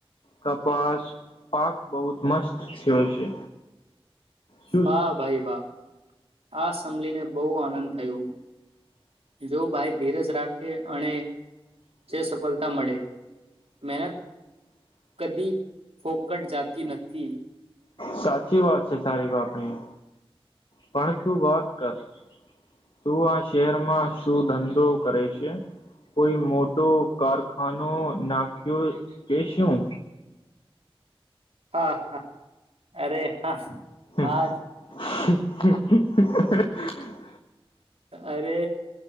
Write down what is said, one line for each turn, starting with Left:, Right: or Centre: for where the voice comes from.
Left: કપાસ પાક બહુત મસ્ત થયો છે શું
Right: વાહ ભાઈ વાહ આસામ ીને બહુ આનંદ થયું જો ભાઈ ધીરજ રાખ કે અણે જે સફલતા મળે મહેનત કદી ફોકટ જાતી નથી
Left: સાચી વાત છે તારીફ આપણી પણ તું વાત કર તું આ શહેરમાં શું ધંધો કરે છે કોઈ મોટો કારખાનો નાખ્યો કે શું
Right: હા હા અરે હા
Left: હમ
Right: હાર
Left: હ હ હ
Right: અરે